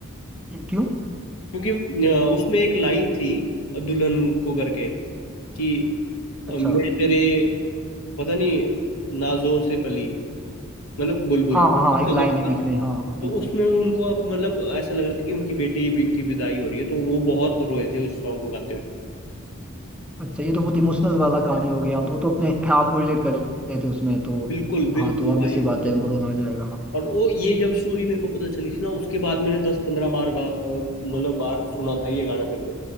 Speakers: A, in the centre; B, on the left.
A: क्यों
B: क्योंकि अ, उसमें एक लाइन थी दुल्हन को करके कि
A: अच्छा
B: अ, मैं तेरे पता नहीं नाजों से पली मतलब बुलबुल
A: हाँ हाँ हाँ
B: ऐसा
A: एक लाइन
B: कुछ था।
A: है बीच में हाँ हाँ,
B: तो
A: बिल्कुल
B: उसमें उनको अप- मतलब ऐसा लग रहा था कि उनकी बेटी भी- की विदाई हो रही है तो वो बहुत रोए थे उस सॉन्ग को गाते हुए
A: अच्छा ये तो बहुत इमोशनल वाला कहानी हो गया तो वो तो अपने आपको रिलेट कर रहे थे उसमें तो
B: बिल्कुल बिल्कुल
A: हाँ तो ऑब्वियस
B: भाई
A: सी
B: मतलब
A: बात है उनको रोना आ जाएगा
B: और वो ये जब स्टोरी मेरे को पता चली थी ना उसके बाद मैंने दस पंद्रह बार बा, अ, मतलब बार सुना था ये गाना फिर से